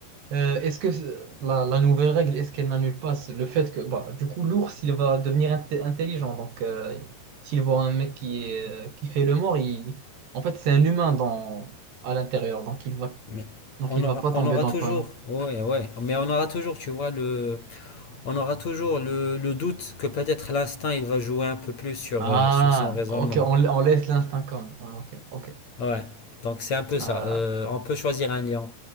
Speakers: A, on the right; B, on the left.
A: euh, est-ce que ce- la, la nouvelle règle, est-ce qu'elle n'annule pas ce- le fait que, bah, du coup, l'ours, il va devenir inte- intelligent. Donc, euh, s'il voit un mec qui, est, euh, qui fait le mort, il... en fait, c'est un humain dans... à l'intérieur. Donc, il va...
B: Mais
A: donc,
B: on
A: il
B: aura,
A: va pas tomber
B: on aura
A: dans
B: toujours,
A: le panneau.
B: ouais, ouais, mais on aura toujours, tu vois, le, on aura toujours le, le doute que peut-être l'instinct, il va jouer un peu plus sur,
A: Ah,
B: euh, sur son raisonnement.
A: ok, on, on laisse l'instinct comme. Ah, ok, ok.
B: Ouais, donc c'est un peu ça.
A: Euh,
B: Euh, on peut choisir un lion,